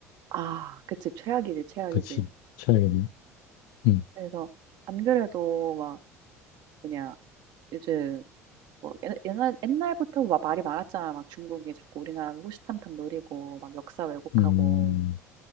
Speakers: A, on the right (about 60°); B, on the left (about 65°).
A: 아, 그치 최악이지 최악이지.
B: 그치. 최악이네. 음,
A: 그래서 안 그래도 막 뭐냐 요즘 뭐 옛- 옛날 옛날부터 막 말이 많았잖아. 막 중국이 자꾸 우리나라를 호시탐탐 노리고 막 역사 왜곡하고.
B: 음.